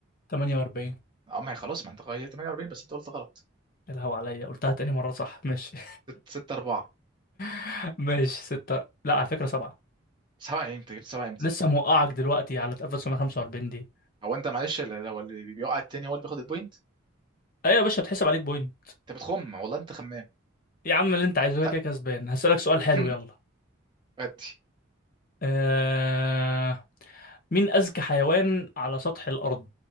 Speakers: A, on the left (about 45°); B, on the right (about 20°).
A: 48
B: اما هي خلاص ما انت غيرت 48 بس انت قلت غلط
A: الهوا عليا قلتها تاني مرة صح ماشي
B: 6 4
A: <laughs> ماشي ستة لا على فكرة سبعة
B: 7 امتى جبت 7 امتى
A: لسه موقعك دلوقتي على اتقفل 145 دي
B: هو انت معلش ال- هو اللي بيقع التاني هو اللي بياخد البوينت
A: ايوه يا باشا بتحسب عليك بوينت
B: انت بتخم والله انت خمام
A: يا عم اللي انت عايزه
B: ت-
A: كده كده كسبان هسألك سؤال حلو
B: <laughs>
A: يلا
B: ادي
A: آه... مين أذكى حيوان على سطح الأرض